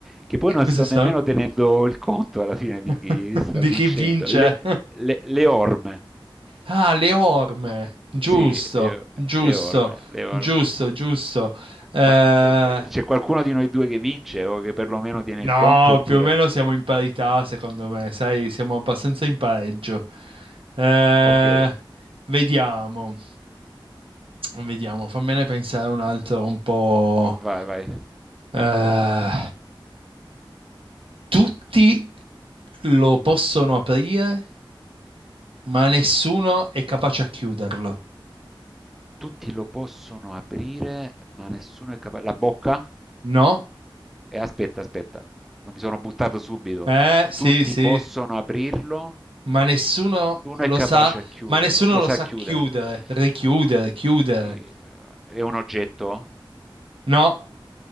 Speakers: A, in the centre; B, on the right.
A: che poi non
B: Cosa
A: sto
B: sono?
A: nemmeno tenendo il conto alla fine di
B: <laughs>
A: chi sta
B: Di
A: vincendo.
B: chi vince?
A: Le, le- le orme,
B: Ah, le orme. Giusto,
A: sì, le,
B: giusto,
A: le orme, le orme.
B: giusto, giusto. Eh,
A: Ma eh, eh, c'è qualcuno di noi due che vince o che perlomeno tiene
B: no,
A: il conto oppure...
B: più o meno siamo in parità, secondo me, sai, siamo abbastanza in pareggio. Eh,
A: Ok,
B: vediamo, vediamo, fammene pensare un altro un po'.
A: vai, vai.
B: Eh, tutti lo possono aprire, ma nessuno è capace a chiuderlo.
A: Tutti lo possono aprire, ma nessuno è capace. La bocca?
B: No?
A: E eh, aspetta, aspetta, mi sono buttato subito.
B: Eh, sì,
A: Tutti
B: sì.
A: possono aprirlo,
B: ma nessuno
A: uno
B: lo
A: è capace
B: sa,
A: a chiuderlo,
B: ma nessuno
A: lo
B: lo
A: sa
B: sa
A: chiudere.
B: chiudere, richiudere,
A: Tutti...
B: chiudere.
A: eh, È un oggetto?
B: No,